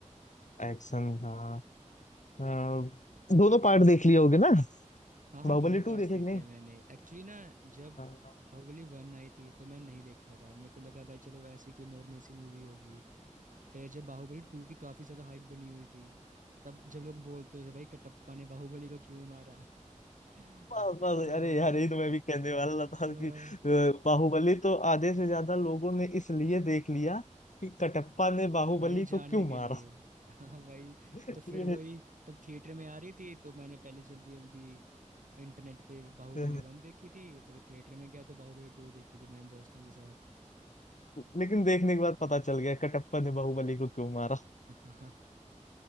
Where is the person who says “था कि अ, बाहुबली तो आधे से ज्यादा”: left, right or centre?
Left